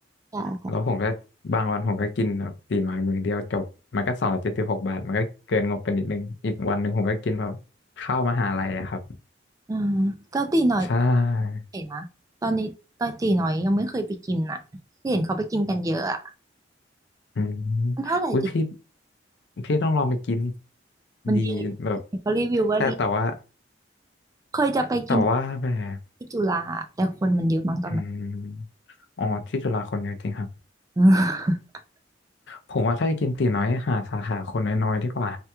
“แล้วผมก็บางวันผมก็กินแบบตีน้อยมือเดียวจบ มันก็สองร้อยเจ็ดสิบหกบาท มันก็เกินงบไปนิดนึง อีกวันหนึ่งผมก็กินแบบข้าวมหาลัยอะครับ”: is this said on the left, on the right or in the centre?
Left